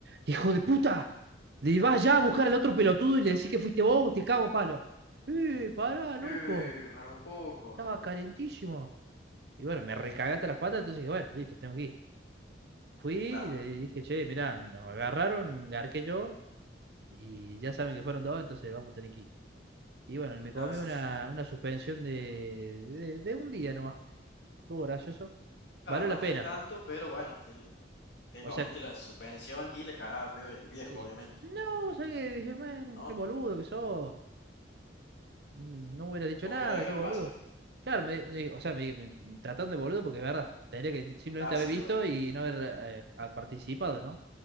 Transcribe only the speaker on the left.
Eh, para un poco.
Claro,
claro,
sí,
sí.
Claro,
no
fue
tanto, pero bueno, te, te
comiste
la suspensión y la cagada
de pedo de tus viejos,
obviamente,
¿no?
Como
que la dejaron
pasar.
Claro,
sí,
obvio.